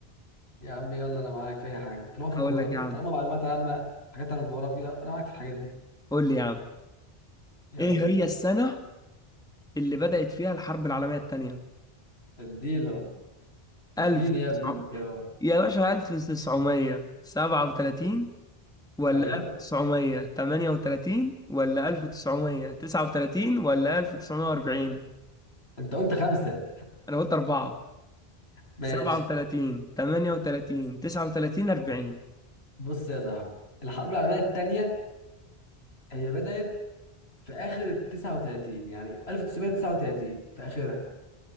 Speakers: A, on the left; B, in the centre.
A: يا عم يلا انا معاك في اي حاجة طالما في
B: هقول
A: الجغرافيا
B: لك يا عم
A: طالما معلومات عامة حاجات عن الجغرافيا انا معاك في الحاجات دي
B: قول لي يا عم
A: يلا
B: ايه
A: بينا
B: هي السنة اللي بدأت فيها الحرب العالمية التانية
A: اديله اديني
B: 1900
A: يا ابني الاختيارات
B: يا باشا 1937 ولا
A: ايوه
B: 1938 ولا 1939 ولا 1940
A: انت قلت خمسة
B: انا قلت أربعة
A: ماشي
B: سبعة وتلاتين تمانية وتلاتين تسعة وتلاتين أربعين
A: بص يا صاحبي الحرب العالمية التانية هي بدأت في آخر ال 39 يعني 1939 في آخرها